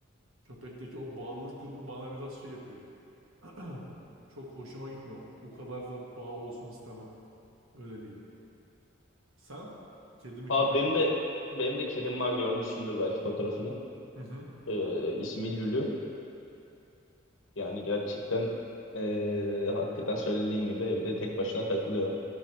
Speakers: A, on the right; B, on the left.
A: Köpekteki o bağlılık durumu bana biraz şey yapıyor. <clears throat> Çok hoşuma gitmiyor. O kadar da bağ olsun istemem. Öyle diyeyim. Sen kedi mi
B: Abi
A: köpek
B: benim
A: mi?
B: de benim de kedim var görmüşsündür belki fotoğrafını.
A: Hı hı.
B: Ee, ismi Lülü. Yani gerçekten eee, hakikaten söylediğin gibi evde tek başına takılıyor.